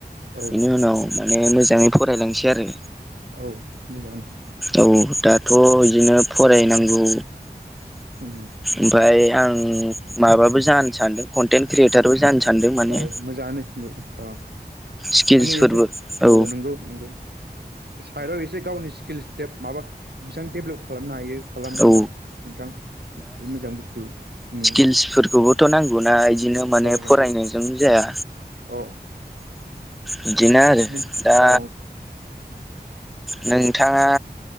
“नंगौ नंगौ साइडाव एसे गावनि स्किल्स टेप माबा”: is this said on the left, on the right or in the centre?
Right